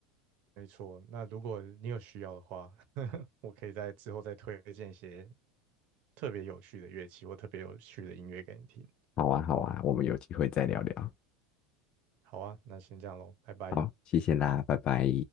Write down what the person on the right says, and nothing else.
没错，那如果你有需要的话，<laughs> 我可以在之后再推荐一些特别有趣的乐器或特别有趣的音乐给你听。
好啊，那先这样喽，拜拜。